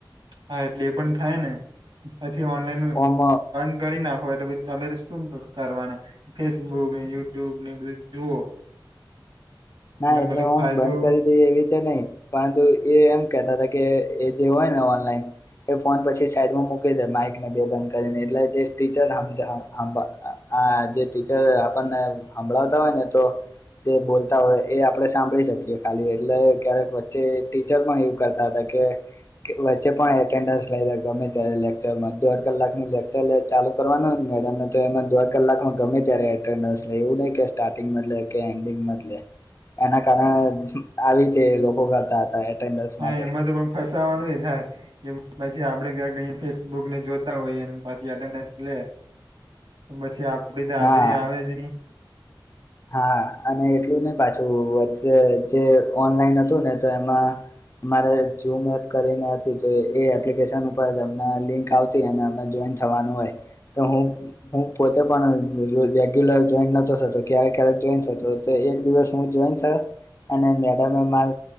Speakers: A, on the right (about 70°); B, on the left (about 35°).
A: હા એટલે એ પણ થાય ને પછી ઓનલાઈન
B: ઓમ
A: બંધ કરી ના હોઈ તમે તો શું કરવાના ફેસબુક ને યુટ્યુબ ને બધું જુઓ
B: <inaudible> ના એટલે
A: બધો
B: હમ
A: ફાયદો
B: બંધ કરી દી એવી રીતે નહી પરંતુ એ એમ કેતા હતા કે એ જે હોય ને ઓનલાઈન એ ફોન પછી સાઈડમાં મૂકી દે માઈકને બે બંધ કરીને એટલે જે ટીચર હમમ જે હમમ હા જે ટીચર આપણને હભળાવતા હોય ને તો જે બોલ તા હોઈ ય એ આપડણે સાંભળી શકીએ ખાલી એટલે ક્યારેક વચ્ચે ટીચર પણ એવું કરતા હતા કે વચ્ચે પણ એટેન્ડન્સ લઈ લ ગમે ત લેક્ચરમાં દોઢ કલાક નું લેક્ચર ચાલુ કરવાનું મેડમ તો એમાં દોઢ કલાકમાં ગમે ત્યારે એટેન્ડન્સ લે એવું નહી કે સ્ટાર્ટિંગ મલે કે એન્ડિંગ મલે એના કારણે આવીતે લોકો કરતા હતા. એટેન્ડન્સ
A: હા
B: માટે
A: એમાં તો પણ ફસાવાનું એ થાય કે પછી આપડે કક અહીયા ફેસબુક ને જોતા હોઈએ પછી એન્ડનડેસ ને પછી આપડી ત હાજરી
B: હા
A: આવે જ ની
B: હા અને એટલું નહી પાછું વચ્ચે જે ઓનલાઈન હતું ને તો એમાં અમારે ઝુમ એપ કરીને હતી તો એ એપ્લિકેશન ઉપર અમને લિંક આવતી અને અમે જો થવાનું હોય હું હુ પોતે રેગ્યુલર જોઈન્ટ નતો થતો કયારેક કયારેક જોઈન થત એક દિવસ હુ જોઈન થયો અને મેડમે મા